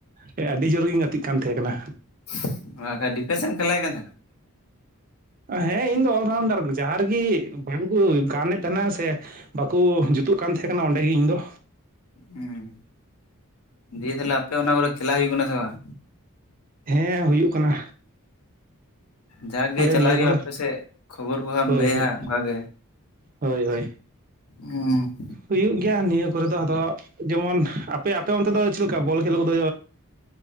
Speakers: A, on the right; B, on the left.
A: ᱦᱮᱸ ᱟᱹᱰᱤ ᱡᱳᱨᱜᱤᱧ ᱜᱟᱛᱮᱜ ᱠᱟᱱ ᱛᱟᱦᱮᱸ ᱠᱟᱱᱟ᱾
B: <unintelligible> ᱰᱤᱯᱮᱱᱥ ᱮᱢ ᱠᱷᱞᱟᱭᱮᱫ ᱠᱟᱱ ᱛᱟᱦᱮᱱᱟ?
A: ᱦᱮᱸ ᱤᱧ ᱫᱚ ᱚᱞ ᱨᱟᱣᱩᱱᱰᱟᱨ ᱡᱟᱦᱟᱸ ᱨᱮᱜᱮ ᱵᱟᱝᱠᱚ ᱜᱟᱱᱮᱫ ᱛᱟᱦᱮᱱᱟ ᱥᱮ ᱵᱟᱠᱚ ᱡᱩᱛᱩᱜ ᱠᱟᱱ ᱛᱟᱦᱮᱸ ᱠᱟᱱᱟ ᱚᱸᱰᱮᱜᱮ ᱤᱧᱫᱚ
B: ᱦᱮᱸ ᱫᱤᱭᱮ ᱛᱟᱦᱞᱮ ᱟᱯᱮ ᱚᱱᱟ ᱠᱚᱨᱮ ᱠᱷᱮᱞᱟ ᱦᱩᱭᱩᱜ ᱠᱟᱱᱟ ᱥᱮ ᱵᱟᱝ?
A: ᱦᱮᱸ ᱦᱩᱭᱩᱜ ᱠᱟᱱᱟ
B: ᱡᱟᱜᱮ
A: ᱟᱞᱮ
B: ᱪᱟᱞᱟᱜ
A: ᱱᱤᱭᱟᱹ
B: ᱦᱩᱭᱩᱜᱼᱟ
A: ᱠᱚᱨᱮ
B: ᱟᱯᱮᱥᱮᱫ ᱠᱷᱚᱵᱚᱨ ᱠᱚ ᱦᱟᱸ
A: ᱦᱳᱭ
B: ᱮᱢ ᱞᱟᱹᱭᱟ
A: ᱦᱳᱭ
B: ᱦᱟᱸᱜ ᱚᱱᱠᱟᱜ ᱜᱮ
A: ᱦᱳᱭ ᱦᱳᱭ,
B: ᱚᱸ
A: ᱦᱩᱭᱩᱜ ᱜᱮᱭᱟ ᱱᱤᱭᱟᱹ ᱠᱚᱨᱮ ᱫᱚ ᱟᱫᱚ ᱡᱮᱢᱚᱱ ᱟᱯᱮ ᱟᱯᱮ ᱚᱱᱛᱮ ᱫᱚ ᱪᱮᱫ ᱞᱮᱠᱟ ᱵᱚᱞ ᱠᱷᱮᱞ ᱠᱚᱫᱚ